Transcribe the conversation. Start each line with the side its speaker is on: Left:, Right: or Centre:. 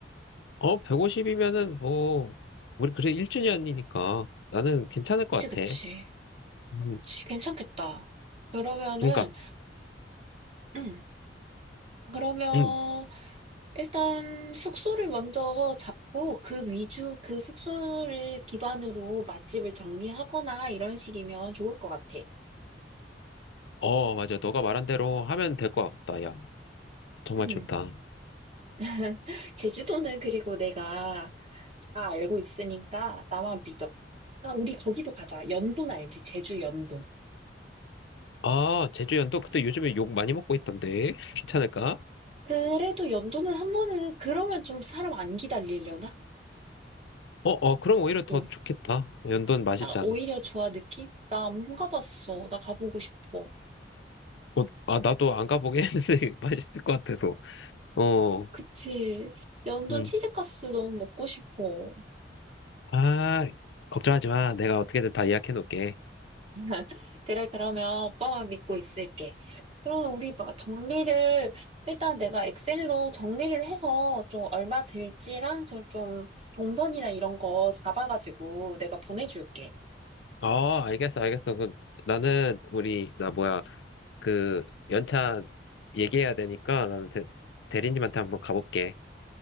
Left: 어, 150이면은 뭐, 우리 그래 1주년이니까 나는 괜찮을
Right: 그치,
Left: 것
Right: 그치.
Left: 같아. 음,
Right: 그치, 괜찮겠다. 그러면은,
Left: 그러니까,
Right: 음, 그러면
Left: 음,
Right: 일단 숙소를 먼저 잡고 그 위주, 그 숙소를 기반으로 맛집을 정리하거나 이런 식이면 좋을 것 같아.
Left: 어, 맞아. 너가 말한 대로 하면 될 것 같다. 야, 정말
Right: 음.
Left: 좋다.
Right: <laughs> 제주도는 그리고 내가 다 알고 있으니까 나만 믿어. 아, 우리 거기도 가자. 연돈 알지? 제주 연돈.
Left: 아, 제주연도? 근데 요즘에 욕 많이 먹고 있던데. <laughs> 괜찮을까?
Right: 그래도 연돈은 한 번은 그러면 좀 사람 안 기다리려나?
Left: 어, 어, 그럼 오히려 더
Right: 요-
Left: 좋겠다. 연도는 맛있잖아.
Right: 아, 오히려 좋아 느낌? 나 안 가봤어. 나 가보고 싶어.
Left: 어, 아, 나도 안 가보긴 했는데 <laughs> 맛있을 것 같아서. 어,
Right: 그치. 연돈
Left: 음.
Right: 치즈가스 너무 먹고 싶어.
Left: 아, 걱정하지 마. 내가 어떻게든 다 예약해 놓을게.
Right: <laughs> 그래, 그러면 오빠만 믿고 있을게. 그럼 우리 막 정리를, 일단 내가 엑셀로 정리를 해서 좀 얼마 들지랑 좀, 좀 동선이나 이런 거 잡아가지고 내가 보내줄게.
Left: 어, 알겠어, 알겠어. 그, 나는, 우리, 나 뭐야, 그, 연차 얘기해야 되니까, 나는 대, 대리님한테 한번 가볼게.